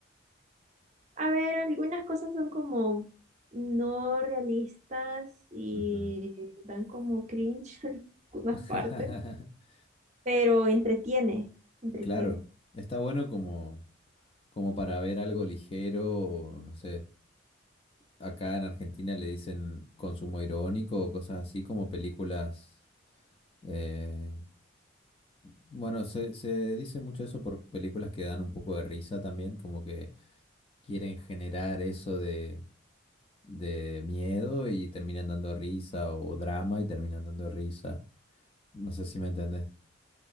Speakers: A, on the right (about 35°); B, on the left (about 30°).
A: A ver, algunas cosas son como no realistas y
B: Ujú.
A: dan como cringe <laughs> en algunas
B: <laughs>
A: partes, pero entretiene, entretiene.
B: Claro, está bueno como, como para ver algo ligero, o no sé, acá en Argentina le dicen consumo irónico o cosas así como películas, eh, bueno, se, se dice mucho eso por películas que dan un poco de risa también, como que quieren generar eso de, de miedo y terminan dando risa o drama y terminan dando risa, no sé si me entendés.